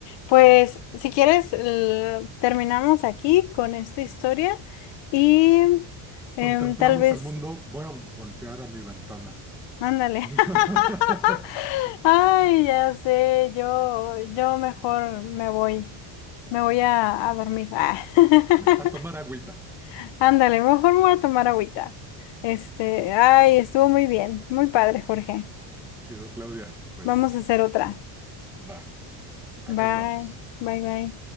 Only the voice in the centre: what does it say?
Contemplamos
el mundo, voy a voltear a mi ventana.
<laughs>
A tomar agüita.
Chido, Claudia. Pues
va, acá
andamos.